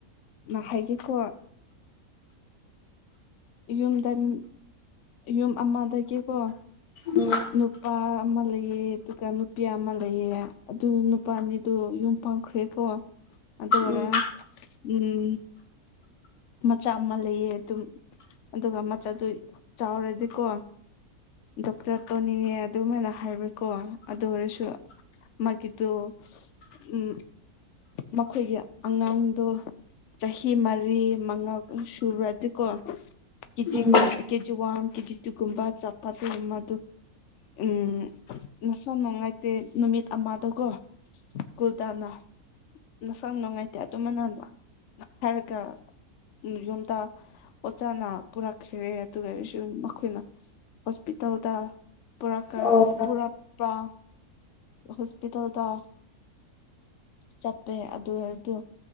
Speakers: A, on the left; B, on the left.
A: ꯅꯪ ꯍꯩꯒꯦꯀꯣ ꯌꯨꯝꯗ ꯅꯟ ꯌꯨꯝ ꯑꯃꯗꯒꯤꯀꯣ
B: ꯎꯝ
A: ꯅꯨꯄꯥ ꯑꯃ ꯂꯩꯌꯦ ꯑꯗꯨꯒ ꯅꯨꯄꯤ ꯑꯃ ꯂꯩꯌꯦ ꯑꯗꯨ ꯅꯨꯄꯥ ꯑꯅꯤꯗꯨ ꯌꯨꯝ ꯄꯥꯎꯈ꯭ꯔꯦꯀꯣ ꯑꯗꯣ ꯑꯣꯏꯔ
B: ꯎꯝ
A: ꯎꯝ ꯃꯆꯥ ꯑꯃ ꯂꯩꯌꯦ ꯑꯗꯨꯝ ꯑꯗꯨꯒ ꯃꯆꯥꯗꯨ ꯆꯥꯎꯔꯗꯤꯀꯣ ꯗꯣꯛꯇꯔ ꯇꯣꯅꯤꯉꯦ ꯑꯗꯨꯃꯥꯏꯅ ꯍꯥꯏꯕꯔꯥ ꯀꯣ ꯑꯗꯨ ꯑꯣꯏꯔꯁꯨ ꯃꯥꯒꯤꯗꯨ ꯍꯍ ꯎꯝ ꯃꯈꯣꯏꯒꯤ ꯑꯉꯥꯡꯗꯣ ꯆꯍꯤ ꯃꯔꯤ ꯃꯉꯥꯕꯨ ꯁꯨꯔꯗꯤꯀꯣ ꯀꯦꯆꯤ
B: ꯎꯝ
A: ꯀꯨꯝ ꯀꯦ ꯖꯤ ꯋꯥꯟ ꯀꯦꯖꯤ ꯇꯨꯒꯨꯝꯕ ꯆꯞꯄ ꯑꯗꯨ ꯑꯃ ꯑꯗꯨ ꯎꯝ ꯅꯁꯥ ꯅꯨꯡꯉꯥꯏꯇꯦ ꯅꯨꯃꯤꯠ ꯑꯃꯥꯗꯀꯣ ꯁ꯭ꯀꯨꯜ ꯇꯥꯅ ꯅꯁꯪ ꯅꯨꯡꯉꯥꯏꯇꯦ ꯑꯗꯨꯝꯃꯅ ꯍꯥꯏꯔꯒ ꯎꯝ ꯌꯨꯝꯇ ꯑꯣꯖꯥꯅ ꯄꯨꯔꯛꯈ꯭ꯔꯦ ꯑꯗꯨꯒꯁꯨ ꯃꯈꯣꯏꯅ ꯍꯣꯁꯄꯤꯇꯥꯜꯗ ꯄꯨꯔꯒ
B: ꯑꯣ
A: ꯄꯨꯔꯛꯄꯔꯥ ꯍꯣꯁꯄꯤꯇꯥꯜꯗ ꯆꯠꯄꯦ ꯑꯗꯨ ꯑꯣꯏꯔꯗꯨ